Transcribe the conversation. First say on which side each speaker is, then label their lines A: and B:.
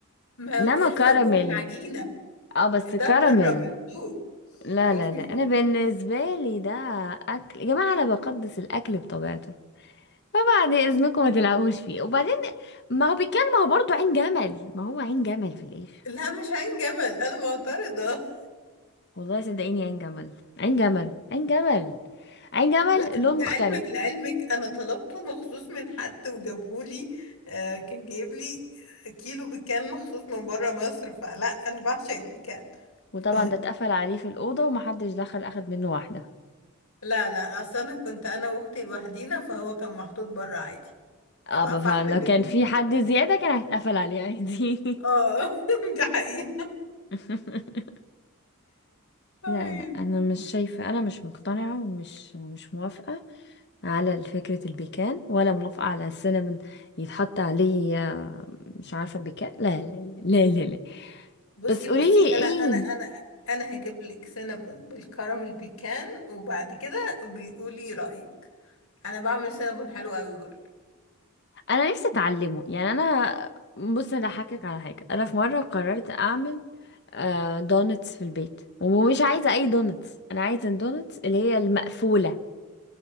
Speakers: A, on the left; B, on the left.
A: ما
B: انما
A: هو القرفة
B: كراميل
A: جوه العجينة
B: اه بس
A: ده
B: كراميل
A: بره من فوق
B: لا
A: صوص
B: لا لا
A: من فوق.
B: انا بالنسبة لي ده اكل يا جماعة انا بقدس الاكل بطبيعته فبعد اذنكم ما تلعبوش فيه وبعدين ما هو بيكان ما هو برضه عين جمل ما هو عين جمل في الاخر
A: لا مش عين جمل انا معترضة <laughs>
B: والله صدقيني عين جمل عين جمل عين جمل عين جمل
A: لا لعلمك
B: لون مختلف
A: لعلمك انا طلبته مخصوص من حد وجابهولي آه كان جايب لي كيلو بيكان مخصوص من بره مصر فلا انا بعشق البيكان
B: وطبعا
A: <laughs>
B: ده اتقفل عليه في الأوضة ومحدش دخل أخد منه واحدة
A: لا لا اصل انا كنت انا واختي لوحدينا فهو كان محطوط بره عادي
B: اه
A: ف- فاحنا
B: ب- فلو
A: الاتنين
B: كان في حد زيادة كان هيتقفل عليه عادي
A: اه <laughs> دي حقيقة
B: <laughs>
A: عيني
B: لا لا انا مش شايفه انا مش مقتنعه ومش مش موافقه على فكره البيكان ولا موافقه على السينابون يتحط عليه آه، مش عارفه بيكان لا لا لا لا لا, لا.
A: بصي
B: بس قولي
A: بصي
B: لي
A: انا
B: ايه
A: انا انا انا هجيب لك سينابون بالكراميل بيكان وبعد كده بيقولي رأيك انا بعمل سينابون حلو قوي برضه
B: انا نفسي اتعلمه يعني انا بص انا هحكك على حاجه انا في مره قررت اعمل آه، دونتس في البيت ومش عايزه اي دونتس انا عايزه الدونتس اللي هي المقفوله